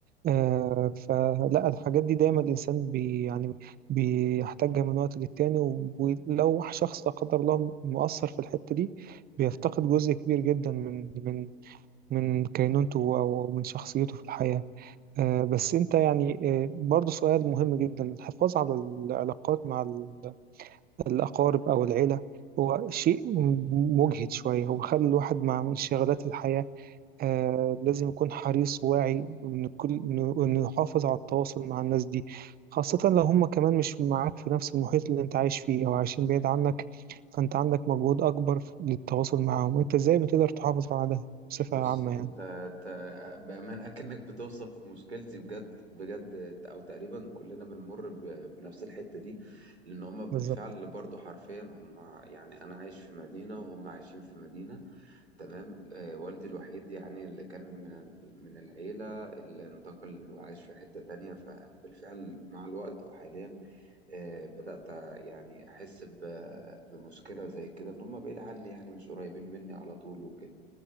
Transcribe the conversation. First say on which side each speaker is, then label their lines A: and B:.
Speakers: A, on the right; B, on the right.
A: آه فلا الحاجات دي دايما الإنسان بي يعني بيحتاجها من وقت للتاني ولو شخص لا قدر الله مؤثر في الحتة دي
B: مم.
A: بيفتقد جزء كبير جدا من من من كينونته أو من شخصيته في الحياة آه بس أنت يعني آه برضو سؤال مهم جدا الحفاظ
B: مم.
A: على العلاقات مع ال- الأقارب أو العيلة هو شيء مجهد شوية هو خلى الواحد مع انشغالات الحياة
B: مم.
A: آه لازم يكون حريص وواعي إن كل إنه إنه يحافظ على التواصل مع الناس دي خاصة لو هم كمان مش معاك في نفس المحيط اللي أنت عايش فيه أو عايشين بعيد عنك فأنت عندك مجهود أكبر في- للتواصل معاهم أنت إزاي بتقدر تحافظ على ده بصفة
B: بص
A: عامة
B: انت
A: يعني
B: انت بأمانة اكنك بتوصف مشكلتي بجد بجد او تقريبا كلنا بنمر ب- بنفس الحتة دي لان هما بالفعل
A: بالظبط
B: برضو حرفيا هما يعني انا عايش في مدينة وهم عايشين في مدينة تمام آه والدي الوحيد يعني اللي كان من ال- من العيلة اللي انتقل وعايش في حتة تانية فبالفعل مع الوقت وحاليا آه بدأت يعني احس ب- بمشكلة زي كده ان هما بعيد عني يعني مش قريبين مني على طول وكده